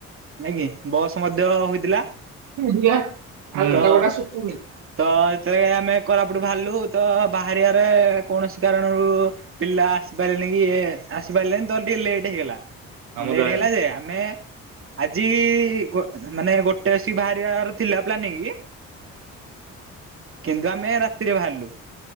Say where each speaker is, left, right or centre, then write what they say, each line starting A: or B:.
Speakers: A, on the right; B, on the right.
A: ନାଇଁ କି ବସ୍ ମଧ୍ୟ ହୋଇଥିଲା।
B: ବୁଦ୍ଧିଆ ଆଉ
A: ତ
B: ଲୁଗା ପଟା ସୁକୁନି।
A: ତ ଯେତେବେଳେ ଆମେ କୋରାପଟୁ ବାହାରିଲୁ ତ ବାହାରିବାରେ କୌଣସି କାରଣରୁ ପିଲା ଆସି ପାରିଲେନି କି ଆସି ପାରିଲେନି ତ ଟିକେ ଲେଟ୍ ହେଇଗଲା
B: ଆମ
A: ଲେଟ୍
B: ଯାଏନି
A: ହେଇଗଲା ଯେ ଆମେ ଆଜି ଗୋ ମାନେ ଗୋଟେ ଆସିକି ବାହାରିଆର ଥିଲା। ପ୍ଲାନିଙ୍ଗି କିନ୍ତୁ ଆମେ ରାତିରେ ବାହାରିଲୁ।